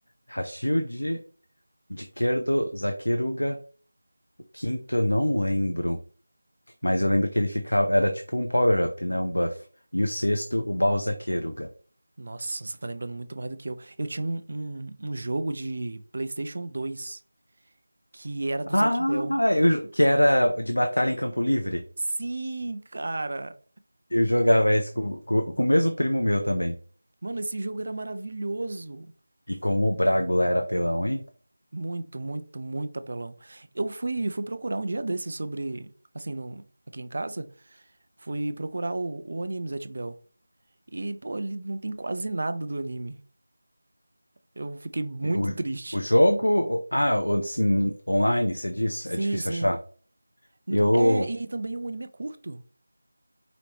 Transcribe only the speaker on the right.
Nossa, você tá lembrando muito mais do que eu. Eu tinha um, um, um jogo de PlayStation 2 que era do
Zatch Bell.
Sim, cara.
Mano, esse jogo era maravilhoso.
Muito, muito, muito apelão. Eu fui, fui procurar um dia desses sobre, assim, no, aqui em casa, fui procurar o, o anime Zatch Bell. E, pô, ele não tem quase nada do anime. Eu fiquei muito
triste.
Sim,
sim.
N-
É, e também o anime é curto.